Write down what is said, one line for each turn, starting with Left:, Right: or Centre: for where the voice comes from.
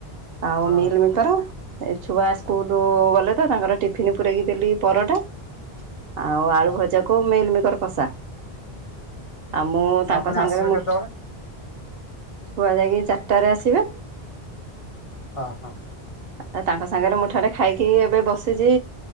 Right: ଆଉ
Left: ହଁ
Right: ମିଲ୍‌ ମିକର? ଏ ଛୁଆ ସ୍କୁଲ ଗଲେ ତ ତାଙ୍କର ଟିଫିନ ପୁରେଇକି ଦେଲି ପରଟା। ଆଉ ଆଳୁ
Left: ହଁ
Right: ଭଜାକୁ ମିଲ୍‌ ମିକର କଷା। ଆଉ ମୁଁ ତାଙ୍କ
Left: ଆପଣ ପୁଣି
Right: ସାଙ୍ଗରେ
Left: ଆସିବେ
Right: ମୁଁ
Left: କେତେବେଳେ?
Right: ଛୁଆ ଯାଇକି ଚାରି ଟାରେ ଆସିବେ।
Left: ହଁ, ହଁ।
Right: ଆ ତାଙ୍କ ସାଙ୍ଗରେ ମୁଠାଟେ ଖାଇକି ଏବେ ବସିଛି